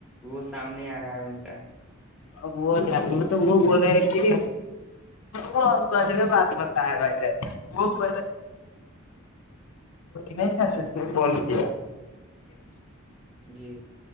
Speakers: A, in the centre; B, on the left.
A: وہ سامنے آ رہا ہے ان کا
B: ا وہ ج مب وہ بولے کہ وہے بات بتا ہے بھائی ج وہب نہیں ج کال کیایک
A: جی